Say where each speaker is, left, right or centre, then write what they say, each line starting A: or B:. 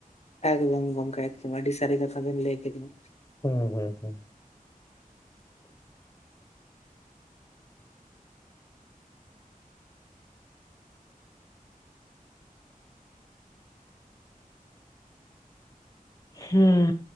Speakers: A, on the left; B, on the left.
A: ᱮᱠᱫᱚᱢ ᱜᱚᱢᱠᱮ ᱮᱠᱫᱚᱢ ᱟᱹᱰᱤ ᱥᱟᱹᱨᱤ ᱠᱟᱛᱷᱟ ᱵᱤᱱ ᱞᱟᱹᱭ ᱠᱮᱫᱤᱧ᱾
B: ᱦᱩᱸ ᱦᱩᱸ ᱦᱩᱸ᱾ ᱦᱩᱸ